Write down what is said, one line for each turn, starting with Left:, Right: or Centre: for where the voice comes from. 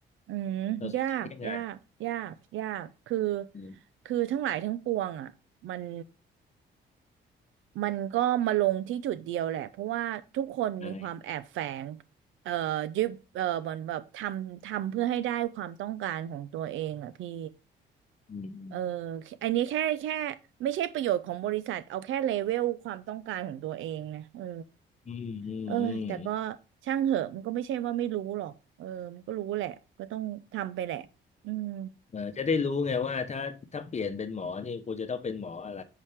Right: อืมยากยากยากยากคือ
Left: เราสนใจแค่งานอืม
Right: คือทั้งหลายทั้งปวงอ่ะมันมันก็มาลงที่จุดเดียวแหละเพราะว่าทุกคนมีความแอบแฝง
Left: ใช่
Right: เอ่อยึดเอ่อเหมือนแบบทำทำเพื่อให้ได้ความต้องการของตัวเองอ่ะพี่
Left: อืม
Right: เอออันนี้แค่แค่ไม่ใช่ประโยชน์ของบริษัทเอาแค่เลเวลความต้องการของตัวเองนะเออ
Left: อืมอืมอืม
Right: เออแต่ก็ช่างเหอะมันก็ไม่ใช่ว่าไม่รู้หรอกเออมันก็รู้แหละก็ต้องทำไปแหละอืม
Left: เออจะได้รู้ไงว่าถ้าถ้าเปลี่ยนเป็นหมอนี่คุณจะต้องเป็นหมออะไร